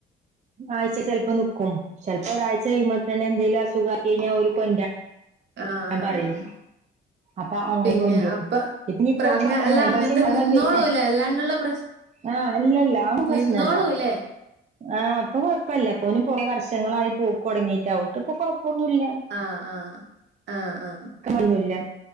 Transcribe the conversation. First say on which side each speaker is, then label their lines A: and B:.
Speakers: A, on the right; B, on the right.
A: ആഴ്ച്ച ചെൽപ്പോ നിക്കും ചെലപ്പോ ഒരാഴ്ച കയ്യുമ്പതന്നെ എന്തേലും അസുഖായിനേ ഓല് കൊണ്ട്രാ
B: ആഹ് ആഹ്
A: മ് പറിം
B: ആഹ്
A: അപ്പ അങ്ങിം
B: പിന്നെ
A: കൊട്രും
B: അപ്പ
A: ഇഞ്ഞ്പ്പൊ
B: പ്ര അങ്ങ അല്ല
A: ആ
B: അങ്ങനത്തെ
A: പക്ഷേ മഴ
B: നിന്നോളൂല്ലേ
A: പെയ
B: അല്ലാണ്ടുള്ള പ്രശ്
A: ആഹ് ഇല്ലല്ല അഹൊന്നും പ്രശ്നെല്ല
B: നിന്നോളൂല്ലേ
A: ആഹ് ഇപ്പൊ കൊഴപ്പല്ല ഇപ്പോന് കൊറേ വർഷങ്ങളായി പോക്കൊടങ്ങീട്ടാവും ഇക്ക്പ്പൊ കൊഴപ്പൊന്നുല്ല.
B: ആഹ് ആഹ് ആഹ് ആഹ്
A: ട്ക്ക്ണൊന്നുല്ല്യ